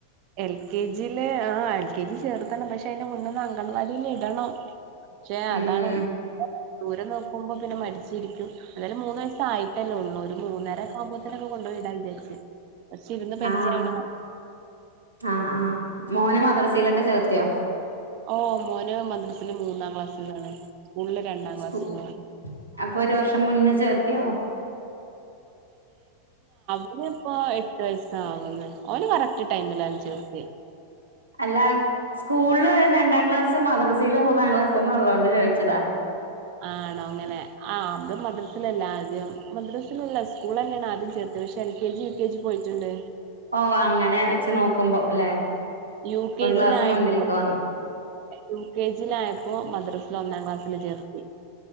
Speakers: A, on the right; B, on the right.
A: എൽ കെ ജിൽ ആ എൽ കെ ജി ചേർത്തണം പക്ഷെ അതിറെ മുന്നന്ന് അങ്കൻവാടിൽ ഇടണം പക്ഷേ
B: ഉം
A: അതാണ് ദൂരം നോക്കുമ്പോ പിന്നെ മടിച്ചിരിക്കുംഏതായാലും മൂന്ന് വയസ ആയിട്ടല്ലേ ഉള്ളൂ ഒരു മൂന്നരൊക്ക ആകുമ്പോത്തേനൊക്ക കൊണ്ട് ട വിചാരിച്ചച്ച് പക്ഷ ഇരുന്ന് പരിചടെ
B: ആഹ് ആഹ് ആഹ് മോന് മദ്രസയിലൊക്കെ ചേർത്തിയോ
A: ഓ മോന മദ്രസില് മൂന്നാം ക്ലാസ്സിലാണ് സ്കൂളില് രണ്ടാം ക്ലാസ്സിലാണ്
B: സ്കൂ അപ്പൊ ഒരു വർഷം മുന്ന ചേർത്തിയോ
A: ഓനിപ്പോ എട്ട് വയസ് ആകുന്ന ഓന് കറക്ട് ടൈമിലാണ് ചേർത്ത
B: അല്ല സ്കൂളില് രണ്ടാം ക്ലാസ് ക് മദ്രസയില് മൂന്നാം ക്ലാസ് എന്ന് ഉള്ളോണ്ട് ചോദിച്ചതാ
A: ആണോ അങ്ങനെ ആ നമ്മടെ മദ്രസിലല്ല ആദ്യം മദ്രസിലല്ല സ്കൂൾ തന്നെയാണ് ആദ്യം ചേർ അത്യാവിശ്യം L K G U K G പോയിട്ടുണ്ട്
B: ഓ അങ്ങനെ വെച്ച് നോക്കുമ്പോ അല്ലെ
A: യു കെ
B: ഒരു ക്ലാസ്
A: ജിലയപ്പോ
B: മുന്നിൽക്ക് വന്നു
A: യു കെ ജിലയപ്പോ മദ്രസ ഒന്നാം ക്ലാസ്സില് ചേർത്ത്